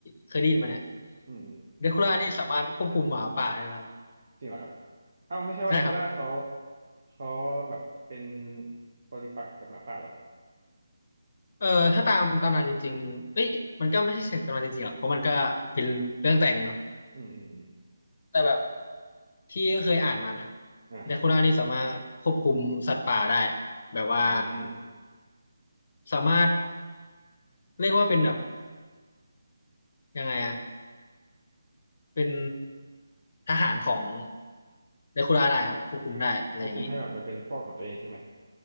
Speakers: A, on the left; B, on the right.
A: เคยได้ยินมาเนี่ย
B: อืม
A: เดคูล่านี่สามารถควบคุมหมาป่าได้นะครับ
B: จริงเหรอครับเอ้าไม่ใช่ว่านาคูล่าเขา
A: ใช่ครับ
B: เขาแบบเป็นปริปักษ์กับหมาป่าเหรอ
A: เอ่อถ้าตามตำนานจริงๆเอ้ยมันก็ไม่ใช่เสียงตำนานจริงๆหรอกเพราะมันก็เป็นเรื่องแต่งเนาะ
B: อืมอืมอืม
A: แต่แบบที่เคยอ่านมานะครับ
B: นะครับ
A: เดคูล่านี่สามารถควบคุมสัตว์ป่าได้แบบว่า
B: อืม
A: สามารถเรียกว่าเป็นแบบยังไงอะเป็นทหารของเดคูล่าได้ครับควบคุมได้อะไรอย่างนี้
B: อ่าควบคุมให้แบบมันเป็นพวกของตัวเองใช่ไหม